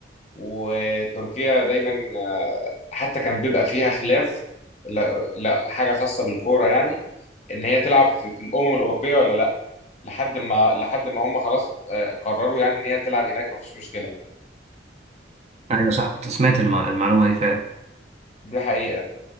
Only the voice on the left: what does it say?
وتركيا دايما آه، حتى كان بيبقى فيها خلاف لا, لا حاجة خاصة بالكورة يعني ان هي تلعب في في الامم الاوروبية ولا لا لحد ما لحد ما هم خلاص آه، قرروا يعني ان هي تلعب هناك مفيش مشكله
دي حقيقه